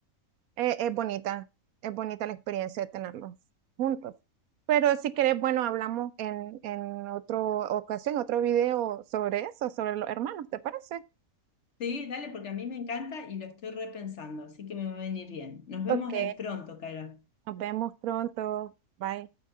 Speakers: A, on the right; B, on the left.
A: Eh, es bonita, es bonita la experiencia de tenerlos juntos. Pero si querés, bueno, hablamos en, en otra ocasión, otro video sobre eso, sobre los hermanos, ¿te parece?
B: Sí, dale, porque a mí me encanta y lo estoy repensando, así que me va a venir bien. Nos vemos
A: Ok,
B: eh, pronto, Cairo.
A: nos vemos pronto. Bye.